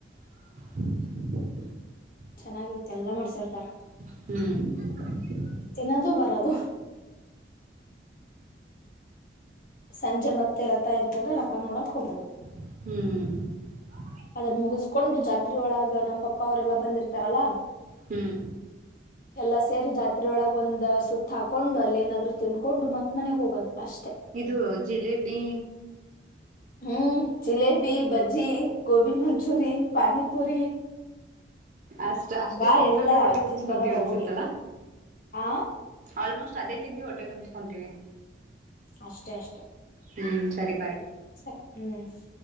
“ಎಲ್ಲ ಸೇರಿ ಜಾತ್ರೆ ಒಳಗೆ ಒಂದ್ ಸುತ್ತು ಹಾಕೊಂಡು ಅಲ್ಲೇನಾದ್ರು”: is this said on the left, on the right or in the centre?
Left